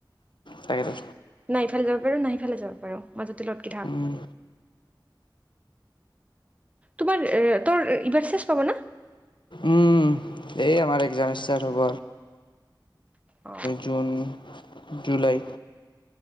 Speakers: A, on the left (about 85°); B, on the right (about 15°).
A: তাকেতো
B: নাই ইফালে যাব পাৰো নাই ইফালে যাব পাৰো মাজতে লগতকি থাক
A: উম
B: তোমাৰ তোৰ ইবাৰ শেষ পাব ন
A: উম এই আমাৰ এক্সাম ষ্টাৰ্ট হ'ব
B: অ
A: জুন জুলাই